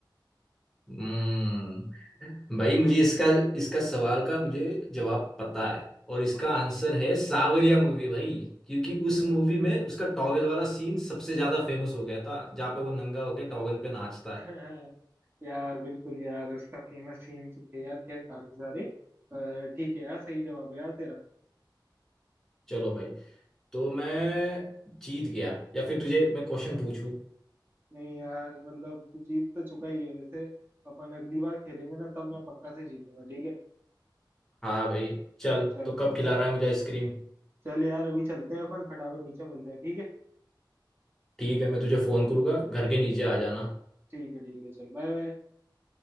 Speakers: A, in the centre; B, on the right.
A: हम्म भाई मुझे इसका इसका सवाल का मुझे जवाब पता है और इसका आंसर है सावरिया मूवी भाई क्योंकि उस
B: अ,
A: मूवी में उसका टॉवेल वाला सीन सबसे ज्यादा फेमस हो गया था जहाँ पे वो नंगा होके टॉवेल पे नाचता
B: <laughs>
A: है
B: यार बिल्कुल यार उसका फेमस सीन तो थे यार खैर काफी सारे पर ठीक है यार सही जवाब है यार तेरा
A: चलो भाई तो मैं जीत गया या फिर तुझे मैं क्वेश्चन पूछूं
B: नहीं यार मतलब तू जीत तो चुका ही है वैसे अपन अगली बार खेलेंगे ना तब मैं पक्का से जीतूंगा ठीक है
A: हाँ भाई चल
B: चल
A: तो कब खिला रहा है मुझे आइसक्रीम
B: चल यार अभी चलते हैं अपन फटाफट नीचे मिलते हैं ठीक है
A: ठीक है मैं तुझे फोन करूंगा घर के नीचे आ जाना
B: ठीक है ठीक है चल बाय बाय